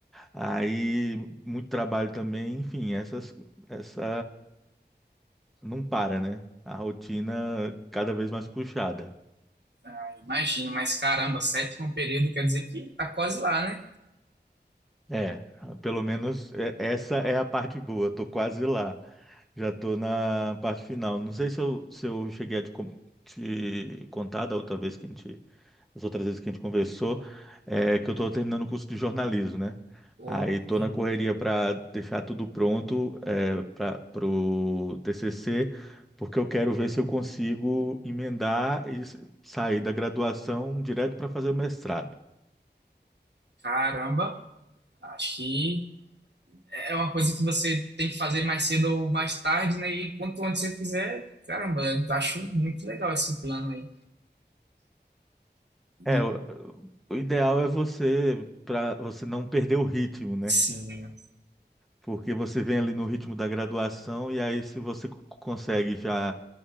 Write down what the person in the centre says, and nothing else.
Aí muito trabalho também, enfim, essas essa não para, né? A rotina cada vez mais puxada.
É, pelo menos é- essa é a parte boa. Eu Tô quase lá. Já estou na parte final. Não sei se eu, se eu cheguei a te, con- te contar da outra vez que a gente, das outras vezes que a gente conversou, é, que eu estou terminando o curso de jornalismo, né?
Aí estou
na correria para deixar tudo pronto é, para o TCC, porque eu quero ver se eu consigo emendar e s- sair da graduação direto para fazer o mestrado.
É,
o, o ideal é você para você não perder o ritmo, né?
Porque você vem ali no ritmo da graduação e aí se você co- consegue já